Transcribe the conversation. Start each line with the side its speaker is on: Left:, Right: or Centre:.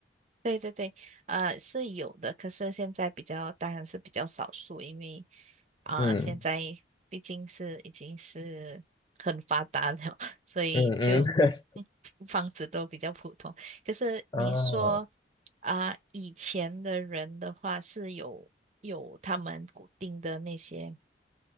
Right: 对对对，呃，是有的，可是现在比较，当然是比较少数，因为啊、
Left: 嗯
Right: 现在毕竟是已经是很发达了，<laughs> 所以就嗯房子都比较普通。
Left: 嗯嗯，<laughs>
Right: 可是你说
Left: 哦，
Right: 啊、以前的人的话是有有他们固定的那些。